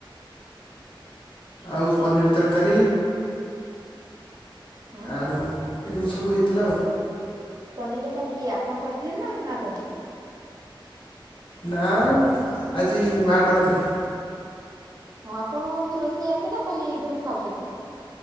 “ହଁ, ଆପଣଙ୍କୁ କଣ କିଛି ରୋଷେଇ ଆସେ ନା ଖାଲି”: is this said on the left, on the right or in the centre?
Right